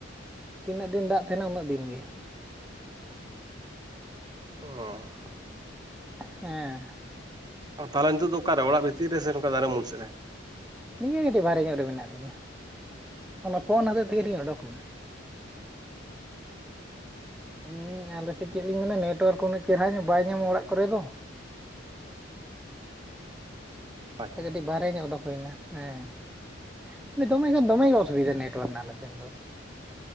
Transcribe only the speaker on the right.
ᱚ᱾
ᱛᱟᱦᱚᱞᱮ ᱱᱤᱛᱳᱜ ᱫᱚ ᱚᱠᱟᱨᱮ ᱚᱲᱟᱜ ᱵᱷᱤᱛᱤᱨ ᱨᱮ ᱥᱮ ᱱᱚᱝᱠᱟ ᱫᱟᱨᱮ ᱩᱢᱩᱞ ᱥᱮᱫ ᱨᱮ?
ᱟᱪᱪᱷᱟ